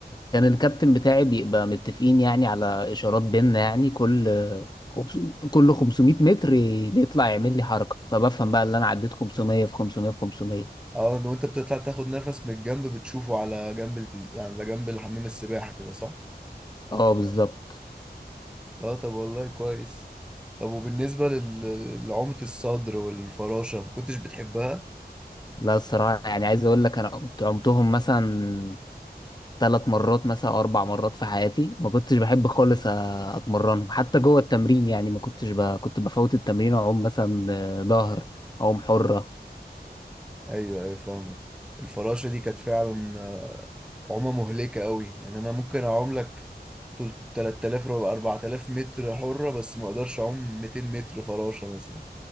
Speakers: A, on the left; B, in the centre.
A: كان الكابتن بتاعي بيبقى متفقين يعني على إشارات بينا يعني كل خمسو- كل 500 متر بيطلع يعمل لي حركة فبفهم بقى اللي أنا عديت 500 في 500 في 500
B: اه ان وانت بتطلع تاخد نفس من الجنب بتشوفه على جنب البي... يعني على جنب الحمام السباحه كده صح
A: اه بالظبط
B: اه طب والله كويس طب وبالنسبه لل- لعومه الصدر والفراشه ما كنتش بتحبها
A: لا الصراحة يعني عايز أقول لك أنا كنت عمتهم مثلا ثلاث مرات مثلا أو أربع مرات في حياتي ما كنتش بحب خالص أ- أتمرنهم حتى جوه التمرين يعني ما كنتش ب... كنت بفوت التمرين وأعوم مثلا آه، ظهر أعوم حرة
B: ايوه ايوه فاهمك الفراشة دي كانت فعلا عمى مهلكة قوي يعني انا ممكن اعوم لك تل- 3000 ربع- 4000 متر حرة بس ما اقدرش اعوم 200 متر فراشة مثلا